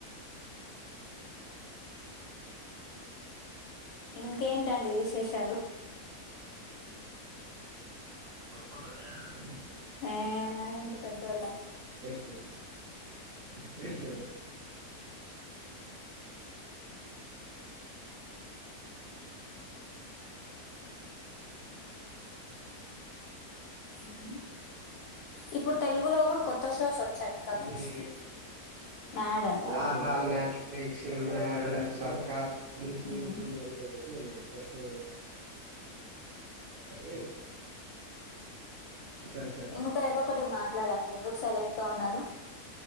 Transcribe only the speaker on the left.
ఇంకేంటండి విశేషాలు
ఏ మేడంటి పెద్దోళ్ళం
హ్మ్ ఇప్పుడు తెలుగులో కూడా కొత్త షోస్ వచ్చాయి కపుల్స్
కి మ్యాడ్ అంట
ఉమ్.
ఇంకా ఏదో ఒకటి మాట్లాడా ఎందుకు సైలెంట్ గా ఉన్నారు